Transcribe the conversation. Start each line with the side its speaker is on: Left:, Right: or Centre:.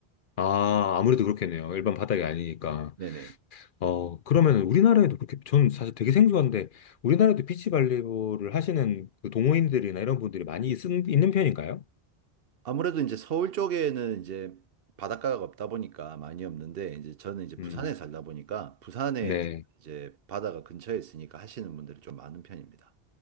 Left: 아, 아무래도 그렇겠네요. 일반 바닥이 아니니까.
Right: 네네.
Left: 어, 그러면 우리나라에도 그렇게, 저는 사실 되게 생소한데, 우리나라에도 비치발리볼을 하시는 그 동호인들이나 이런 분들이 많이 쓴, 있는 편인가요?
Right: 아무래도 이제 서울 쪽에는 이제 바닷가가 없다 보니까 많이 없는데 이제 저는 이제 부산에
Left: 음,
Right: 살다 보니까 부산에
Left: 네.
Right: 이제 바다가 근처에 있으니까 하시는 분들이 좀 많은 편입니다.